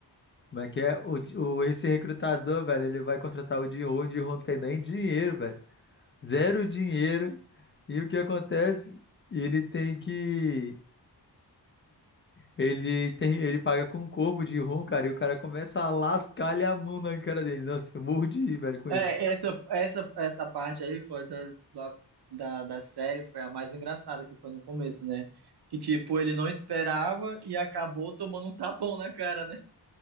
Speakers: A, on the left; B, on the right.
A: Como é que é? O, Di- o, esse recrutador, velho, ele vai contratar o Jin-Ho, o Jin-Ho não tem nem dinheiro, velho. Zero dinheiro. E o que acontece? Ele tem que. Ele tem, ele paga com o corpo de rum, cara, e o cara começa a lascar-lhe a mão na cara dele. Nossa, eu morro de rir, velho, com
B: É,
A: isso.
B: essa, essa, essa parte aí foi da, da, da, da série foi a mais engraçada, que foi no começo, né? Que, tipo, ele não esperava e acabou tomando um tapão na cara, né?